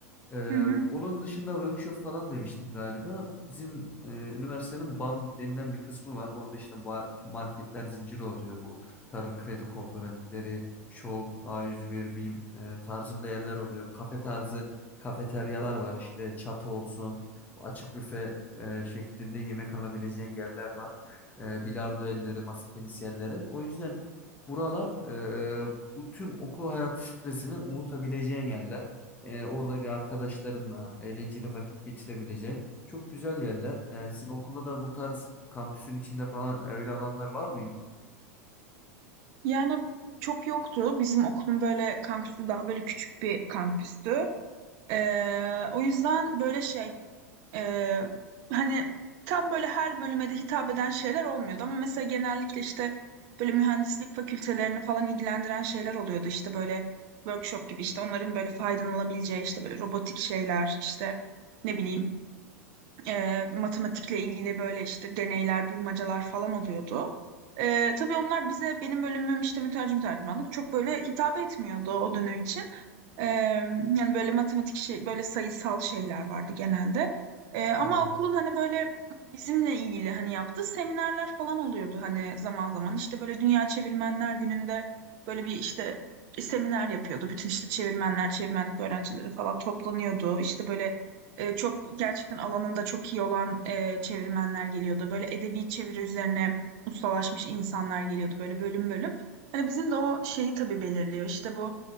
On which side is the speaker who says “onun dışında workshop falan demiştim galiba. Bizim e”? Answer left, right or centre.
Left